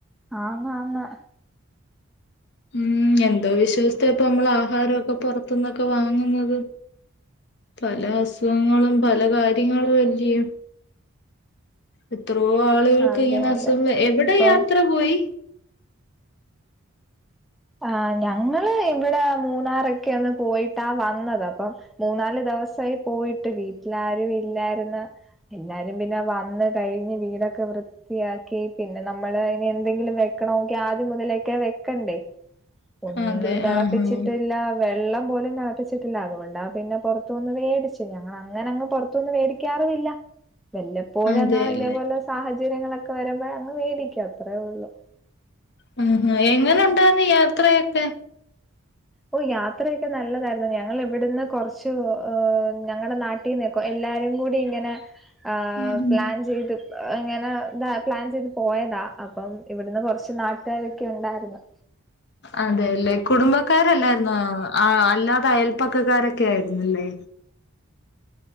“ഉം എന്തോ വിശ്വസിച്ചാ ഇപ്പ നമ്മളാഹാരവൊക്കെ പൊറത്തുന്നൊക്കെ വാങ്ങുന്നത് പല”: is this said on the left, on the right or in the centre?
Left